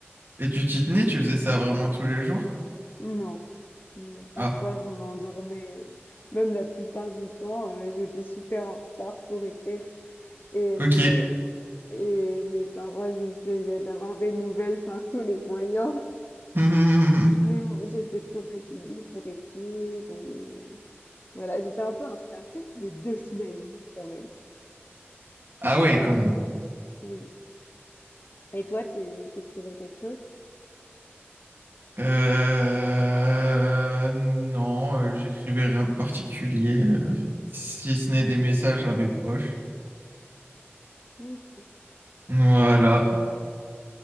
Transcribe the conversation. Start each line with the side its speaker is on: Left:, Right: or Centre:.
Right: Et tu t'y tenais, tu faisais ça vraiment tous les jours?
Left: Non, non, parfois
Right: Ah,
Left: je m'endormais, heu, même la plupart du temps, heu, j'étais super en retard pour écrire et heu
Right: ok.
Left: et mes parents, ils essayaient d'avoir des nouvelles par tous les moyens.
Right: <laughs>
Left: Mais m- j'étais trop fatiguée pour écrire. ou, euh, Voilà, j'étais un peu en retard, peut-être de deux semaines quand même.
Right: Ah ouais, quand même.
Left: Oui. Et toi, t'é- t'écrivais quelque chose?
Right: Euh, non, euh, j'écrivais rien de particulier, euh, si ce n'est des messages à mes proches.
Left: Ok.
Right: Voilà.